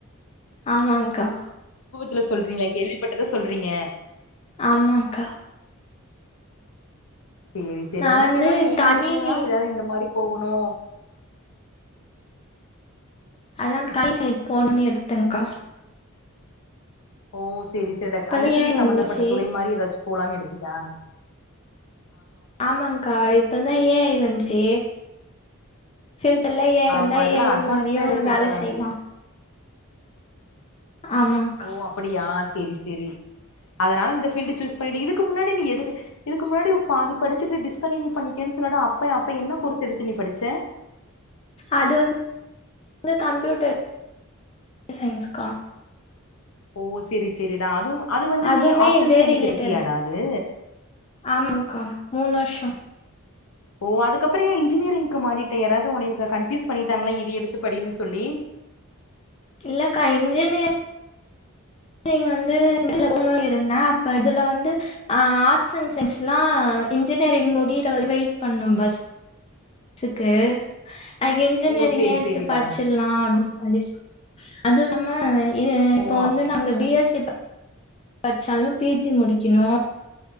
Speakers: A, on the left; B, on the left.
A: ஆமாங் கா
B: ல்ல சொல்றீங்களா கேள்விப்பட்டத சொல்றீங்க
A: ஆமாங் கா
B: சேரி சேரி
A: நா
B: ஒனக்கு
A: வந்து
B: ஏதாவது எய்ம்
A: கணினி
B: இருக்குனா ஏதாவது இந்த மாரி போ கனூ
A: அதாங்க <unintelligible> போணும்னு எடுத்தேன்கா
B: ஓ சேரி சேரிடா
A: இப்பதா
B: ஐ டி
A: ஏ
B: சம்பந்தப்பட்ட
A: வந்துச்சு
B: துறை மாரி ஏதாச்சு போலான்னு எடு த்தியா
A: ஆமாங் கா இப்பதான் ஏ ஐ வந்துட்டே ஃபியூச்சர்ல்ல ஏ ஐ வந்தா
B: ஆமா இதெல்லா
A: ஏ ஐ
B: அட்வான்ஸ்டா
A: மாரியு
B: இருக்கு
A: வேல
B: இப்பெல்லா
A: செய்லான் ஆமாங்க்கா
B: ஓ அப்படியா சேரி சேரி அதனால இந்த ஃபீல்டு சூஸ் பண்ணிட்ட இதுக்கு முன்னாடி நீ எதுக் இதுக்கு முன்னாடி பாதி படிச்சிட்டு டிஸ்கண்னியூ பண்ணிட்டியான் சொல்லுடா அப்ப அப்ப என்ன கோர்ஸ் எடுத்து நீ படிச்ச
A: அது வந்து கம்ப்யூட்டர் சயின்ஸ்கா
B: ஓ செரி செரிடா அதுவும் அது வந்து
A: அதுமே
B: நீ ஆட்ஸ்
A: இதே
B: அண் சயின்ஸ்
A: ரிலேட்டட்
B: எடுத்தியாடா அது
A: ஆமாங்க்கா மூண் வர்ஷோ
B: ஓ அதுக்கப்றோ ஏன் இன்ஜினியரிங்க்கு மாறிட்ட யாராவது உன்னைய கன்ஃப்யூஸ் பண்ணிட்டாங்ளா இது எடுத்து படினு சொல்லி
A: இல்லக்கா இன்ஜினியர் நீங்க வந்து <unintelligible> இருந்தே அப்ப இதுல வந்து ஆ ஆட்ஸ் அண் சயின்ஸ்ல்லா இன்ஜினியரிங் முடி ட்டு அவர் வெய்ட் பண்ணு பஸ் க்கு அதுக்கு இன்ஜினியரிங்கே
B: ஓ சேரி
A: எடுத்து
B: சேரிடா
A: படிச்சில்லா அப்டினு படிச் அதுவுல்லாம இது
B: ஓ
A: இப்ப வந்து
B: அப்
A: நாங்க பி எஸ் சி பட்ச்சாலு பி ஜி முடிக்கணு